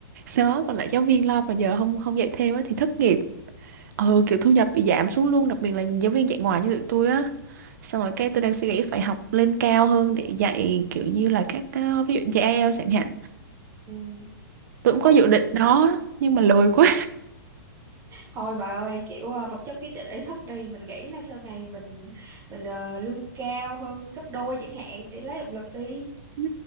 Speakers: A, on the right; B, on the right.
A: đó còn lại giáo viên lo mà giờ không không dạy thêm á thì thất nghiệp ừ kiểu thu nhập bị giảm xuống luôn đặc biệt là giáo viên dạy ngoài như tụi tôi á xong rồi cái tôi đang suy nghĩ phải học lên cao hơn để dạy kiểu như là các ờ, ví dụ dạy IELTS chẳng hạn
B: ừ.
A: tôi cũng
B: Cũng
A: có dự định đó nhưng mà lười quá
B: thôi bà ơi Kiểu ờ, vật chất quyết định ý thức đi Mình nghĩ là sau này mình mình ờ, lương cao hơn gấp đôi chẳng hạn Để lấy động lực đi
A: Ừ,